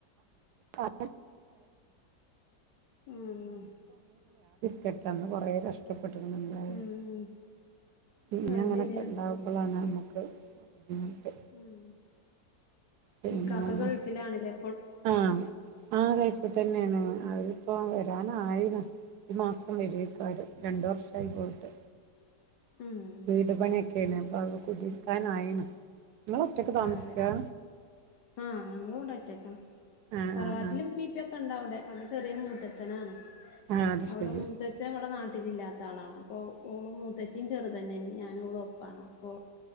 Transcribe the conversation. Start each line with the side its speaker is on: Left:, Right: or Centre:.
Right: ആ
Left: ഉം
Right: പെട്ടെന്ന് കൊറേ കഷ്ട ടപ്പെട്ട്ക്ക്ണ് എന്തായാലും
Left: ഉം ഉം
Right: ഇഞ്ഞ്
Left: അത്
Right: അങ്ങനെക്കെ
Left: ശരിയാണ്
Right: ഇണ്ടാവുമ്പളാണ് നമ്മക്ക് ബുദ്ധിമുട്ട്
Left: ഉം
Right: പിന്നെ
Left: ഇക്കാക്ക
Right: മ-
Left: ഗൾഫിലാണ് ലേ
Right: ആ ആ ഗൾഫ് തന്നേണ് അത്പ്പോ വരാനായിണ് ഈ മാസം വരായ്‌ക്കാരം രണ്ട് വർഷായി പോയിട്ട്
Left: ഉം
Right: വീട് പണ്യൊക്കേണ് അപ്പത് കുടിര്ക്കാനായിണ് ഇങ്ങള് ഒറ്റക്ക് താമസിക്ക
Left: ആണല്ലേ ആഹ് ഞങ്ങള് ഇവടെ ഒറ്റക്കാണ്‌
Right: ആഹ്
Left: തറവാട്ടിലുമ്മീപ്പൊക്കെ
Right: ആഹ് ആഹ്
Left: ഇണ്ടവടെ അവടെ ചെറിയ മൂത്തച്ഛനാണ്
Right: ആഹ് അത്
Left: അവടെ
Right: ശരി
Left: മൂത്തച്ഛൻ ഇവടെ നാ ട്ടിലില്ലാത്ത ആളാണ് അപ്പൊ ഓള് മൂത്തച്ചിം ചെറുതന്നാണ്‌ ഞാനും ഓളും ഒപ്പാണ് അപ്പൊ